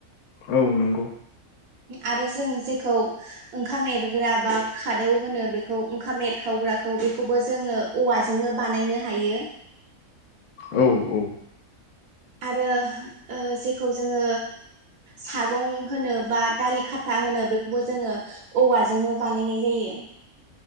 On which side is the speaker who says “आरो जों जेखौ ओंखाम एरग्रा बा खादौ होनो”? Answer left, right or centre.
Right